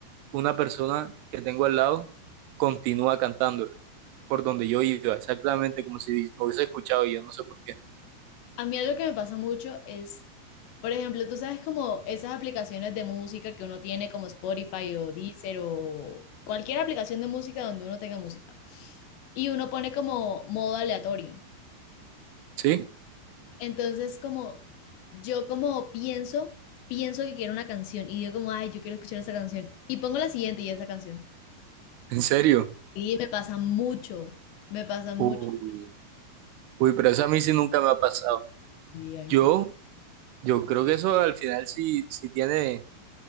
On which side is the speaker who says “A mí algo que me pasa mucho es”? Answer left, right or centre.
Left